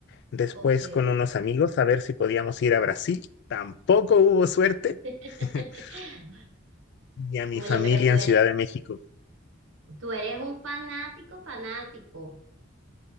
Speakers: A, on the left; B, on the right.
A: Después
B: Ok.
A: con unos amigos a ver si podíamos ir a Brasil, tampoco hubo suerte.
B: <laughs>
A: <laughs> Y a mi
B: Oye,
A: familia
B: pero tú
A: en
B: eres,
A: Ciudad de México
B: tú eres un fanático, fanático.